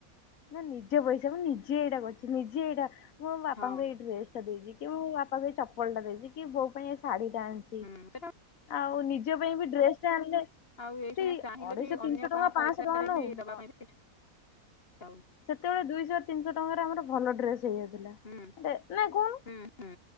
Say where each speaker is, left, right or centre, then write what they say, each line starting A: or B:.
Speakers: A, on the left; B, on the left.
A: ମୋ ନିଜ ପଇସା ମୁଁ ନିଜେ ଏଇଟା କରଚି ନିଜେ ଏଇଟା ମୋ ବାପାଙ୍କୁ
B: ହଁ
A: ଏଇ ଡ୍ରେସ୍ ଟା ଦେଇଚି କି ମୋ ବାପାକୁ ଏଇ ଚପଲଟା ଦେଇଚିକି ବୋଉ ପାଇଁ ଏ ଶାଢୀଟା ଆଣି
B: ହୁଁ ସେଇଟା
A: ଆଉ ନିଜ ପାଇଁ ବି ଡ୍ରେସଟେ ଆଣିଲେ
B: ଆଉ ଏଇସୁଣିଆ
A: ସେଇ
B: ଚାହିଁଲେ
A: ଅଢେଇଶହ
B: ବି
A: ତିନିଶହ
B: ଅନ୍ୟ
A: ଟଙ୍କା
B: କାହା
A: ପାଞ୍ଚଶହ
B: ପଇସାରେ
A: ଟଙ୍କା ନଉ
B: ବି ଦବା
A: ହଁ
B: ପାଇଁ ବି ଚାଉନି
A: ସେତେବେଳେ ଦୁଇଶ ତିନିଶ ଟଙ୍କାରେ ଆମର ଭଲ ଡ୍ରେସ ହେଇଯାଉଥିଲା
B: ହୁଁ
A: ବେ ନାଇ କଉନୁ
B: ହୁଁ ହୁଁ।